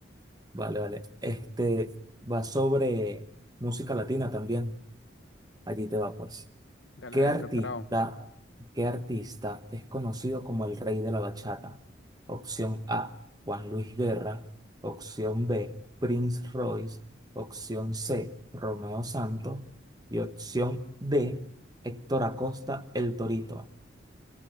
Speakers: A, on the right; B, on the left.
A: vale, vale. Este va sobre música latina también. Allí te va, pues.
B: Dale,
A: ¿Qué
B: dale,
A: artista,
B: preparado.
A: qué artista es conocido como el rey de la bachata? Opción A, Juan Luis Guerra. Opción B, Prince Royce. Opción C, Romeo Santos. Y opción D, Héctor Acosta, El Torito.